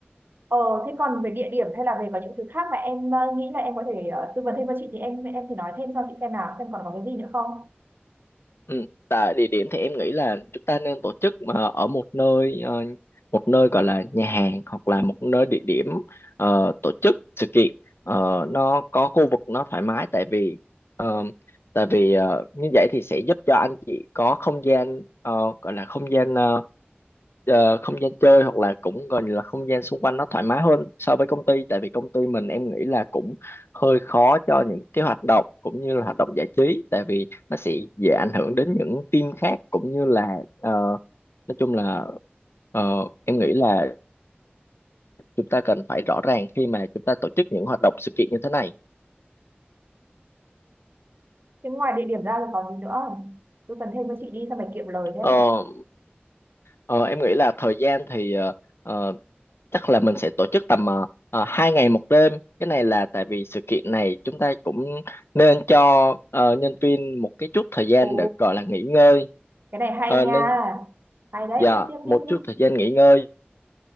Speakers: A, on the right; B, on the left.
A: Ờ, thế còn về địa điểm hay là về có những thứ khác mà em ờ, nghĩ là em có thể ờ, tư vấn thêm cho chị thì em em thì nói thêm cho chị xem nào xem còn có cái gì nữa không.
B: Ừ. Tại địa điểm thì em nghĩ là chúng ta nên tổ chức mà ở một nơi ờ, một nơi gọi là nhà hàng hoặc là một nơi địa điểm ờ, tổ chức sự kiện Ờ, nó có khu vực nó thoải mái tại vì ờ, tại vì ờ, như vậy thì sẽ giúp cho anh chị có không gian ờ, gọi là không gian ờ, ờ, không gian chơi hoặc là cũng gọi là không gian xung quanh nó thoải mái hơn so với công ty tại vì công ty mình em nghĩ là cũng hơi khó cho những cái hoạt động cũng như là hoạt động giải trí tại vì nó sẽ dễ ảnh hưởng đến những team khác cũng như là ờ, nói chung là ờ, em nghĩ là chúng ta cần phải rõ ràng khi mà chúng ta tổ chức những hoạt động sự kiện như thế này
A: Thế ngoài địa điểm ra là còn gì nữa không? Tư vấn thêm cho chị đi sao phải kiệm lời thế.
B: Ờ, ờ, em nghĩ là thời gian thì ờ, ờ, chắc là mình sẽ tổ chức tầm uh, hai ngày một đêm cái này là tại vì sự kiện này chúng ta cũng nên cho ờ, nhân viên một cái chút thời gian
A: Ồ,
B: để gọi là nghỉ ngơi
A: cái này hay
B: Ờ,
A: nha.
B: nên
A: Hay đấy,
B: dạ
A: tiếp tiếp
B: một
A: tiếp tiếp.
B: chút thời gian nghỉ ngơi